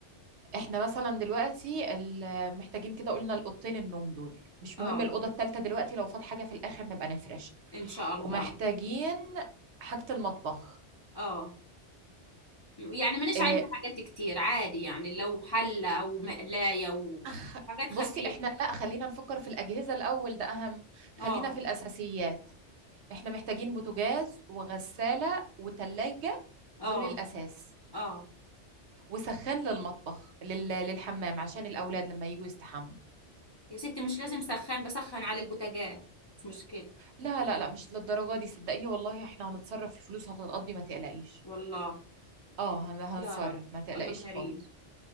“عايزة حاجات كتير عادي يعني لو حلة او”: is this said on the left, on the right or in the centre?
Left